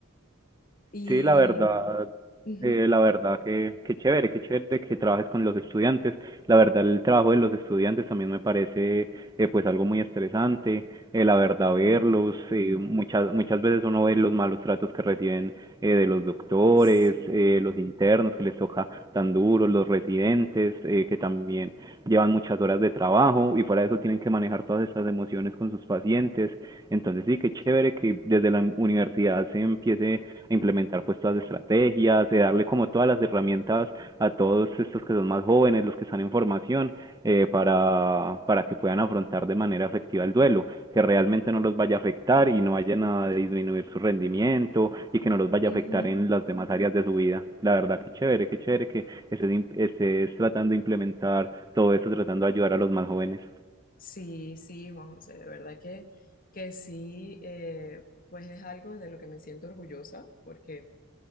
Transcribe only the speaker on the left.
Y,
ujú,
ujú,
sí.
Ujú.
Sí, sí, Juan José, de verdad que, que sí, eh, pues es algo de lo que me siento orgullosa, porque